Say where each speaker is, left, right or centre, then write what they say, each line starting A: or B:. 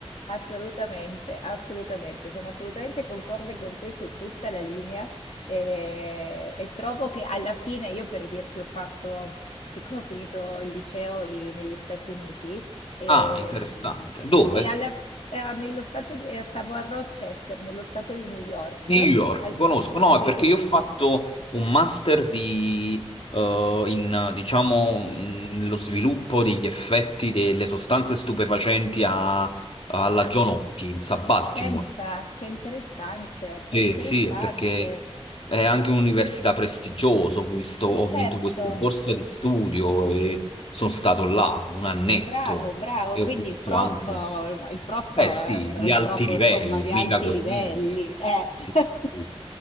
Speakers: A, on the left; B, on the left.
A: Assolutamente, assolutamente, sono assolutamente concorde con te su tutta la linea eh, e, trovo che alla fine io per dirti ho fatto, siccome ho finito il liceo i- negli Stati Uniti ehm,
B: Ah, interessante. Dove?
A: e, alla f- eh, nello stato di- eh, stavo a Rochester, nello stato di New York,
B: New York.
A: al-
B: Conosco, no,
A: sì,
B: è perché io ho fatto un master di, eh, in, diciamo, mh, lo sviluppo degli effetti delle sostanze stupefacenti a- alla
A: Ah,
B: John Hopkins a Baltimore.
A: pensa, che interessante, che
B: Sì,
A: interessante,
B: sì, è perché è anche un'università prestigiosa, ho visto-
A: ma
B: ho
A: certo.
B: vinto questa borsa di studio e sono stato là un annetto
A: Bravo, bravo.
B: e
A: Quindi
B: ho visto
A: il prof,
B: anche un...
A: il prof
B: Eh
A: è
B: sì,
A: un,
B: di
A: è un
B: alti
A: prof
B: livelli,
A: insomma di
B: mica
A: alti
B: così.
A: livelli. eh.
B: Sì,
A: <laughs>
B: sì.